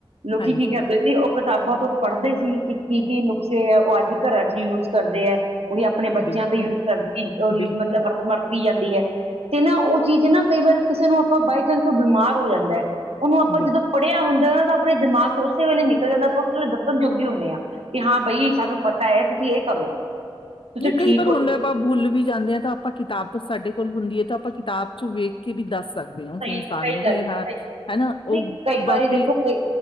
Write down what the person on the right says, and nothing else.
ਲੋਕੀ
ਕੀ ਕਰਦੇ ਓ ਕਿਤਾਬਾਂ ਤੋਂ ਪੜ੍ਹਦੇ ਸੀ ਕਿ ਕੀ-ਕੀ ਨੁਕਸੇ ਐ ਓ ਅੱਜ ਘਰਾਂ ਚ ਯੂਜ ਕਰਦੇ ਐ। ਓਈ ਆਪਣੇ ਬੱਚਿਆਂ
ਤੇ ਯੂਜ ਕਰਦੀ ਓਈ
ਮਤਲਬ ਵਰ ਵਰਤਦੀ ਜਾਂਦੀ ਐ ਤੇ ਨਾ ਓ ਚੀਜ਼ ਨਾ ਕਈ ਵਾਰ ਕਿਸੇ ਨੂੰ ਆਪਾਂ ਬਾਏ ਚਾਂਸ ਕੋਈ ਬਿਮਾਰ ਹੋ ਜਾਂਦੈ ਓਨੂੰ ਆਪਾਂ
ਜਦੋਂ ਪੜ੍ਹਿਆ ਹੁੰਦੈ ਨਾ ਤਾਂ ਆਪਨੇ ਦਿਮਾਗ ਚੋਂ ਓਸੇ ਵੇਲੇ ਨਿਕਲ ਜਾਂਦਾ ਪਰ ਓਸ ਵੇਲੇ ਦੱਸਣ ਜੋਗੇ ਹੁੰਦੇ ਆ। ਕਿ ਹਾਂ ਬਈ ਸਾਨੂੰ ਪਤਾ ਐ ਤੁਸੀਂ ਏ ਕਰੋ। ਤੁਸੀਂ
ਠੀਕ
ਹੋ
ਜਾਓ
ਸਹੀ
ਸਹੀ
ਗੱਲ ਸਹੀ
ਨਹੀਂ ਕਈ
ਵਾਰੀ ਦੇਖੋ ਕਈ